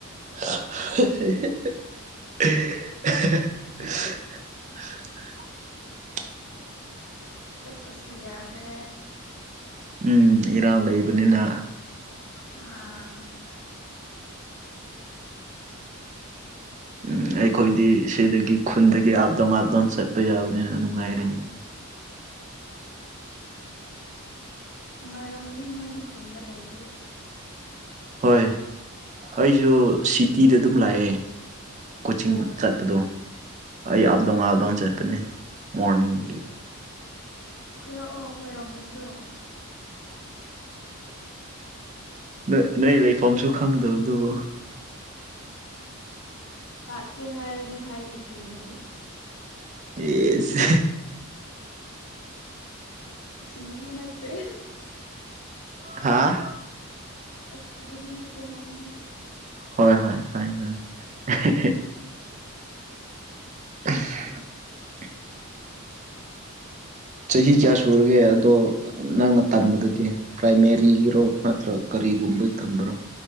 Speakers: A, on the right; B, on the left.
A: ꯍꯦꯍꯑꯍꯥ <inaudible> ꯍ ꯍꯥꯍꯥ <inaudible>
B: ꯆꯠꯇꯁꯨꯌꯥꯗꯦ
A: ꯎꯝ ꯏꯔꯥꯡ ꯂꯩꯕꯅꯤꯅ
B: ꯑꯥ ꯑ <unintelligible>
A: ꯎꯝ ꯑꯩꯈꯣꯏꯗꯤ ꯁꯤꯗꯒꯤ ꯈꯨꯟꯗꯒꯤ ꯑꯥꯞꯇꯪ ꯋꯥꯥꯞꯇꯅ ꯆꯠꯄ ꯌꯥꯕꯅꯤꯅ ꯅꯨꯡꯉꯥꯏꯔꯅꯦ
B: ꯑꯔꯝꯒꯅꯤ ꯅꯣꯏꯗꯤ ꯈꯨꯟꯗ ꯂꯩꯕꯒꯤ
A: ꯍꯣꯏ ꯑꯩꯁꯨ ꯁꯤꯇꯤꯗ ꯑꯗꯨꯝ ꯂꯥꯛꯑꯦ ꯀꯣꯆꯤꯡ
B: ꯑꯣ
A: ꯆꯠꯄꯗꯣ ꯑꯩ ꯑꯞꯗꯣꯉꯥꯜꯗꯥꯎꯟ ꯆꯠꯄꯅꯦ ꯃꯣꯔꯅꯤꯡꯒꯤ
B: ꯀꯨꯏꯔꯛꯑꯣ ꯈꯣꯏꯔꯣꯝꯗꯁꯨ
A: ꯅꯣꯏ ꯅꯣꯏ ꯂꯩꯐꯝꯁꯨ ꯈꯪꯗꯧ ꯑꯗꯨꯕꯨ
B: ꯂꯥꯛꯀꯦ ꯍꯥꯏꯔꯅꯦ ꯍꯥꯏꯕꯤꯒꯅꯦ
A: ꯑꯦꯁ
B: ꯑꯁꯤꯅꯗꯤ ꯅꯠꯇꯦ
A: ꯍꯥꯥ
B: ꯑꯗꯗꯤ ꯅꯠꯇ ꯍꯥꯏꯗ
A: ꯍꯣꯏ ꯍꯣꯏ ꯈꯪꯑꯦ ꯈꯪꯑꯦ <unintelligible> ꯆꯍꯤ ꯀꯌꯥ ꯁꯨꯔꯒꯦ ꯑꯗꯣ ꯅꯪꯅ ꯇꯝꯕꯗꯨꯗꯤ ꯄ꯭ꯔꯥꯏꯃꯔꯤꯒꯤꯔꯣ ꯅꯠꯇ꯭ꯔꯒ ꯀꯔꯤꯒꯨꯝꯕꯩ ꯇꯝꯕꯔꯣ